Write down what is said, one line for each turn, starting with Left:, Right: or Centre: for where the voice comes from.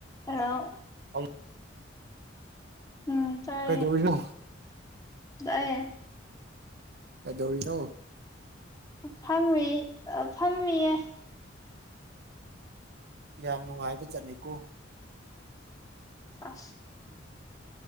Left: ꯑꯣ
Right: ꯑꯧ
Left: ꯎꯝ ꯇꯥꯏ
Right: ꯀꯩꯗꯧꯔꯤꯅꯣ
Left: ꯇꯏꯌꯦ
Right: ꯀꯩꯗꯧꯔꯤꯅꯣ
Left: ꯐꯝꯃꯤ ꯐꯝꯃꯤꯌꯦ
Right: ꯌꯥꯝ ꯅꯨꯡꯉꯥꯏꯕ ꯆꯠꯅꯤꯀꯣ
Left: ꯑ